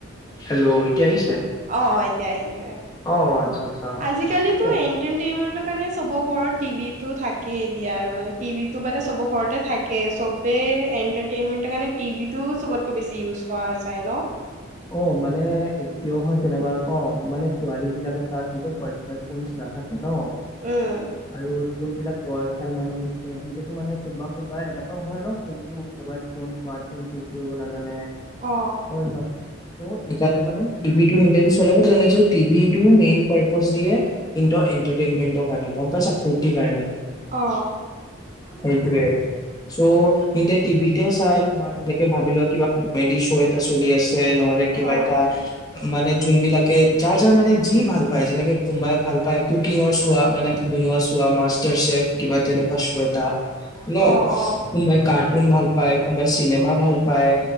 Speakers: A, on the left; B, on the right.
A: হেল্ল' এতিয়া আহিছে।
B: অ এতিয়া আহিছে
A: অ', আচ্ছা আচ্ছা।
B: আজিকালিতো
A: ঠিকে আছে।
B: এন্টাৰটেইনমেন্টৰ কাৰণে চবৰ ঘৰত টিভি টো থাকেই এতিয়া আৰু মানে টিভি টো মানে চব ঘৰতে থাকে চবে। এন্টাৰটেইনমেন্ট কাৰণে টিভিটো চবতকৈ বেছি ইউজ কৰা যায় ন।
A: অ মানে কিয় হয় তেনেকুৱা ক মানে পোৱালী বিলাকৰ তাত নিজৰ পাৰ্চনেল ফচ নাথাকে ন
B: উম
A: আৰু যোনবিলাক বয়সাল মানুহ হৈছে সেইকেত মানে কোনবা কোনবা এনেকুৱা হয় ন ফোনটো mobile phone smart phone use কৰিব নাজানে হয়
B: অ
A: ন। ত এই কাৰণে মানে টিভি ই চলাব টিভি টো মেইন পাৰজ দিয়ে। কাৰণ গম পাইছা। ঠিকাই ন
B: অ
A: সেইটোৱে চ' কিন্তু টিভিতে চাই তোমাৰ যেনেকে ভাবি লোৱা কিবা কমেডি শ্ব' এটা চলি আছে। নহলে কিবা
B: অ
A: এটা মানে যোন বিলাকে যাৰ যাৰ মানে যি ভাল পায় যেনেকে কোনোবাই ভাল পায় কুকিঙৰ চোৱা মানে। কুকিং চোৱা মাষ্টাৰ চেফ কিবা তেনেকুৱা। এ ন
B: অ অ
A: কোনবাই কাৰ্টুন ভাল পায়, কোনোবাই চিনেমা ভাল পায়